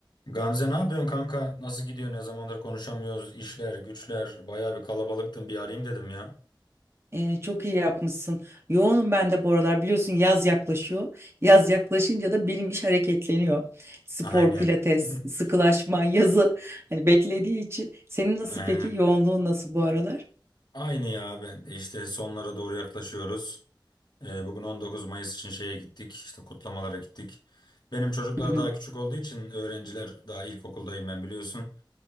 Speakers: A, on the left (about 60°); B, on the right (about 30°).
A: Gamze ne yapıyorsun kanka? Nasıl gidiyor? Ne zamandır konuşamıyoruz? İşler, güçler, bayağı bir kalabalıktın. Bir arayayım dedim ya.
B: Ee, çok iyi yapmışsın. Yoğunum ben de bu aralar. Biliyorsun yaz yaklaşıyor. Yaz yaklaşınca da benim iş hareketleniyor. Spor,
A: Aynen.
B: pilates,
A: <laughs>
B: sıkılaşma, <laughs> yazı hani beklediği için. Senin nasıl
A: Aynen.
B: peki? Yoğunluğun nasıl bu aralar?
A: Aynı ya ben de işte sonlara doğru yaklaşıyoruz. Ee, bugün 19 Mayıs için şeye gittik. işte kutlamalara gittik. Benim çocuklar
B: Hı hı.
A: daha küçük olduğu için öğrenciler daha ilkokuldayım ben biliyorsun.